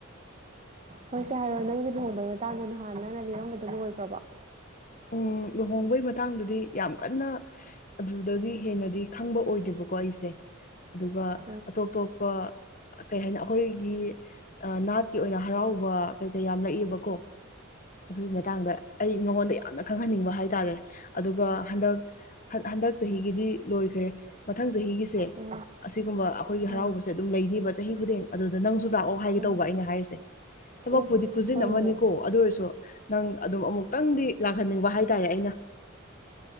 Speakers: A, on the right; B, on the left.
A: ꯍꯣꯏꯁꯦ ꯍꯥꯏꯔꯣ ꯅꯪꯒꯤ ꯂꯨꯍꯣꯡꯕꯩ ꯃꯇꯥꯡꯗꯣ ꯅꯍꯥꯟ ꯅꯪꯅ ꯂꯤꯔꯝꯕꯗꯣ ꯂꯣꯏꯒ꯭ꯔꯕꯣ
B: ꯎꯝ ꯂꯨꯍꯣꯡꯕꯩ ꯃꯇꯥꯡꯗꯨꯗꯤ ꯌꯥꯝ ꯀꯟꯅ ꯑꯗꯨꯗꯒꯤ ꯍꯦꯟꯅꯗꯤ ꯈꯪꯕ ꯑꯣꯏꯗꯦꯕꯀꯣ ꯑꯩꯁꯦ ꯑꯗꯨꯒ
A: ꯑꯣ ꯑꯣ ꯑꯣ ꯑꯣ
B: ꯑꯇꯣꯞ ꯑꯇꯣꯞꯄ ꯑ ꯀꯩ ꯍꯥꯏꯅ ꯑꯈꯣꯏꯒꯤ ꯑ ꯅꯥꯠꯀꯤ ꯑꯣꯏꯅ ꯍꯔꯥꯎꯕ ꯀꯩ ꯀꯩ ꯌꯥꯝ ꯂꯩꯌꯦꯕꯀꯣ ꯑꯗꯨ ꯃꯇꯥꯡꯗ ꯑꯩ ꯃꯥꯉꯣꯟꯗ ꯌꯥꯝꯅ ꯈꯪꯍꯟꯅꯤꯡꯕ ꯍꯥꯏ ꯇꯥꯔꯦ ꯑꯗꯨꯒ ꯍꯟꯗꯛ ꯍꯠ ꯍꯟꯗꯛ ꯆꯍꯤꯒꯤꯗꯤ ꯂꯣꯏꯈ꯭ꯔꯦ ꯃꯊꯪ ꯆꯍꯤꯒꯤꯁꯦ
A: ꯑꯣ
B: ꯑꯁꯤꯒꯨꯝꯕ ꯑꯈꯣꯏꯒꯤ
A: ꯑꯣ
B: ꯍꯔꯥꯎꯕꯁꯦ ꯑꯗꯨꯝ ꯂꯩꯅꯤꯕ ꯆꯍꯤ ꯈꯨꯗꯤꯡ ꯑꯗꯨꯗ ꯅꯪꯁꯨ ꯂꯥꯛꯑꯣ ꯍꯥꯏꯒꯦ
A: ꯑꯣ
B: ꯇꯧꯕ ꯑꯩꯅ ꯍꯥꯏꯔꯤꯁꯦ ꯊꯕꯛꯄꯨꯗꯤ
A: ꯑꯦ
B: ꯈꯨꯖꯤꯟ
A: ꯍꯣꯏꯅꯦ
B: ꯑꯃꯅꯤꯀꯣ ꯑꯗꯨ ꯑꯣꯏꯔꯁꯨ ꯅꯪ ꯑꯗꯨꯝ ꯑꯃꯨꯛꯇꯪꯗꯤ ꯂꯥꯛꯍꯟꯅꯤꯡꯕ ꯍꯥꯏꯇꯥꯔꯦ ꯑꯩꯅ